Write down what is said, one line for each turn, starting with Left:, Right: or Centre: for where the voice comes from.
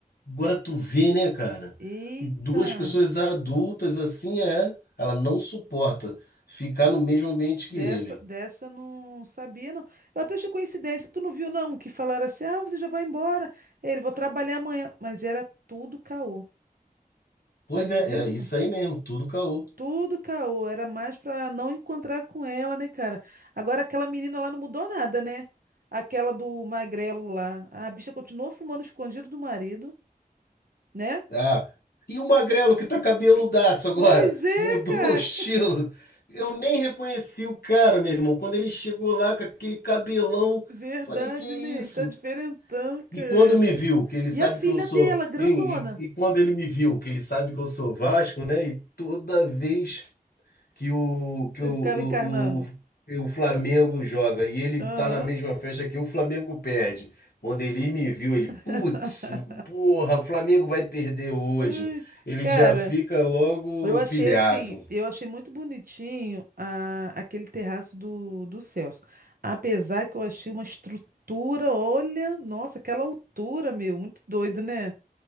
Left: Agora tu vê, né, cara?
Right: eita.
Left: E duas pessoas adultas assim é, ela não suporta ficar no mesmo ambiente que
Right: Dessa,
Left: ele.
Right: dessa não sabia, não. Eu até achei coincidência. Tu não viu, não? Que falaram assim: ah, você já vai embora. Ele, vou trabalhar amanhã. Mas era tudo caô.
Left: Pois
Right: Sabia
Left: é,
Right: disso?
Left: era isso aí mesmo, tudo caô.
Right: Tudo caô, era mais pra não encontrar com ela, né, cara? Agora aquela menina lá não mudou nada, né? Aquela do magrelo lá. A bicha continuou fumando escondido do marido, né?
Left: Ah, e o magrelo que tá cabeludaço agora,
Right: Pois é,
Left: mudou
Right: cara.
Left: o estilo. Eu nem reconheci o cara, meu irmão. Quando ele chegou lá com aquele cabelão,
Right: Verdade,
Left: falei, que isso?
Right: né? Ele tá diferentão, cara.
Left: E quando me viu, que ele sabe
Right: E a filha
Left: que eu sou.
Right: dela, grandona.
Left: E, e- e quando ele me viu, que ele sabe que eu sou Vasco, né? E toda vez que o, que
Right: Ele
Left: o,
Right: ficava
Left: o,
Right: encarnando.
Left: o, que o Flamengo joga e ele
Right: Aham.
Left: tá na mesma festa que o Flamengo perde. Quando ele me viu, ele, putz,
Right: <laughs>
Left: porra, o Flamengo vai perder hoje.
Right: Ai,
Left: Ele
Right: cara.
Left: já fica logo
Right: Eu achei
Left: pilhado.
Right: assim, eu achei muito bonitinho a- aquele terraço do, do Celso. Apesar que eu achei uma estrutura, olha, nossa, aquela altura, meu, muito doido, né?